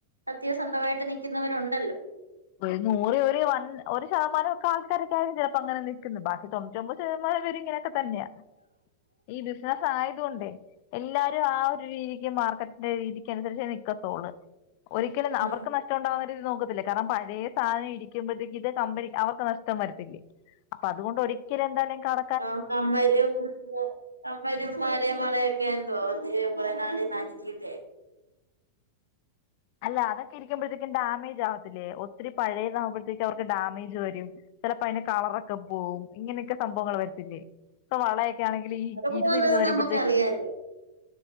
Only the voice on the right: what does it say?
സത്യസന്ധമായിട്ട് നിക്കുന്നവരുണ്ടല്ലോ
ആ
ആ കമ്മലും കമ്മലും മാലയും വളയും ഒക്കെ ആണെന്ന് തോന്നുന് നാട നാട്ട ചീത
അത് പോകുന്നത്
നമുക്കറിയാലോ